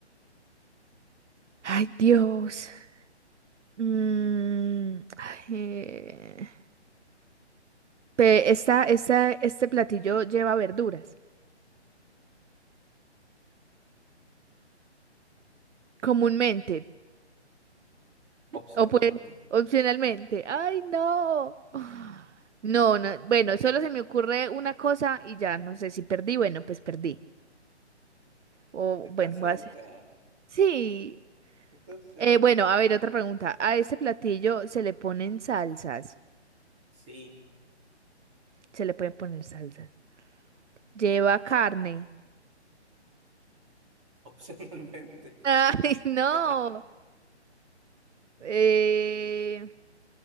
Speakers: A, on the right; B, on the right.
A: Ay, Dios. Mm, ay, eh, pe- esta, esta- este platillo lleva verduras. Comúnmente.
B: <laughs> Opcionalmente.
A: O puede, opcionalmente. Ay, no. No, no. Bueno, solo se me ocurre una cosa y ya no sé si perdí. Bueno, pues perdí. O
B: Está
A: bueno,
B: cerca.
A: voy a hacer. Sí.
B: Estás cerca.
A: Eh, bueno, a ver, otra pregunta. A este platillo se le ponen salsas.
B: Sí,
A: Se le pueden poner salsas. Lleva carne.
B: opcionalmente.
A: <laughs> Ay, no.
B: <laughs> Hay
A: Eh...